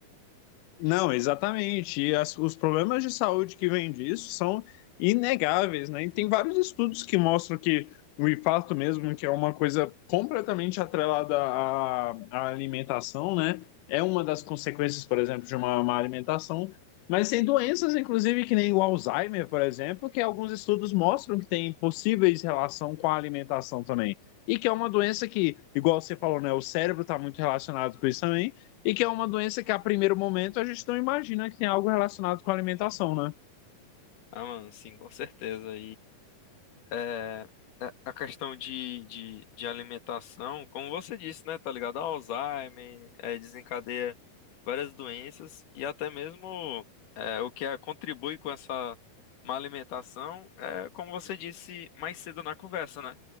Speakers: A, on the left (about 90°); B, on the left (about 60°).
A: Não, exatamente. E as- os problemas de saúde que vêm disso são inegáveis, né? E tem vários estudos que mostram que o infarto mesmo, que é uma coisa completamente atrelada à, à alimentação, né? É uma das consequências, por exemplo, de uma má alimentação. Mas tem doenças, inclusive, que nem o Alzheimer, por exemplo, que alguns estudos mostram que tem possíveis relação com a alimentação também. E que é uma doença que, igual você falou, né? O cérebro está muito relacionado com isso também e que é uma doença que a primeiro momento a gente não imagina que tem algo relacionado com alimentação, né?
B: Ah, mano, sim, com certeza. é, a a questão de, de, de alimentação, como você disse, né, tá ligado? A Alzheimer, é, desencadeia várias doenças e até mesmo é, o que é- contribui com essa má alimentação é, como você disse mais cedo na conversa, né?